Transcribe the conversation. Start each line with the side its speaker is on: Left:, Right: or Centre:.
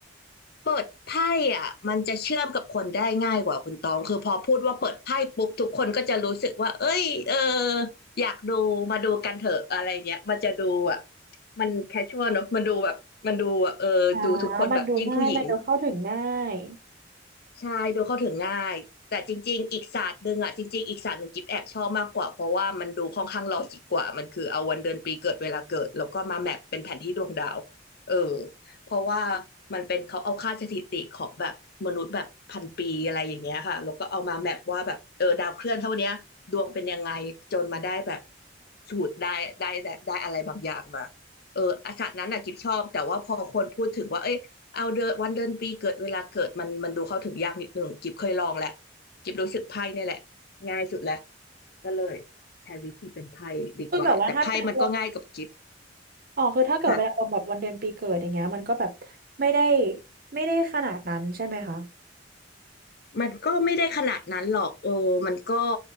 Left: เปิดไพ่อ่ะมันจะเชื่อมกับคนได้ง่ายกว่าคุณตองคือพอพูดว่าเปิดไพ่ปุ๊บทุกคนก็จะรู้สึกว่าเอ้ยเอออยากดูมาดูกันเถอะอะไรเงี้ยมันจะดูแบบมันแคชชวลเนอะมันดูแบบมันดูแบบเออดูทุกคนแบบยิ่งผู้หญิง
Right: อ่ามันดูง่ายมันดูเข้าถึงง่าย
Left: ใช่ดูเข้าถึงง่ายแต่จริงๆอีกศาสตร์หนึ่งอ่ะจริงๆอีกศาสตร์หนึ่งกิ๊บแอบชอบมากกว่าเพราะว่ามันดูค่อนข้างลอจิกกว่ามันคือเอาวันเดือนปีเกิดเวลาเกิดแล้วก็มาแมปเป็นแผนที่ดวงดาวเออเพราะว่ามันเป็นเขาเอาค่าสถิติของแบบมนุษย์แบบพันปีอะไรอย่างเงี้ยค่ะแล้วก็เอามาแมปว่าแบบเออดาวเคลื่อนเท่าเนี้ยดวงเป็นยังไงจนมาได้แบบสูตรได้ได้แบบได้อะไรบางอย่างมาเอออาศาสตร์นั้นน่ะกิบชอบแต่ว่าพอคนพูดถึงว่าเอ้ย เอาเดือนวันเดือนปีเกิดเวลาเกิดมันมันดูเข้าถึงยากนิดหนึ่งกิบเคยลองแหละกิบรู้สึกไพ่เนี่ยแหละง่ายสุดแหละก็เลยใช้วิธีเป็นไพ่ดีกว่าแต่ไพ่มันก็ง่ายกับกิบ
Right: คือแบบว่าถ้าเป็นอารมณ์อ๋อคือถ้าเกิดเป็นอารมณ์แบบวันเดือนปีเกิดอย่างเงี้ยมันก็แบบไม่ได้
Left: ค่ะ
Right: ไม่ได้ขนาดนั้นใช่ไหมคะ
Left: มันก็ไม่ได้ขนาดนั้นหรอกเออมันก็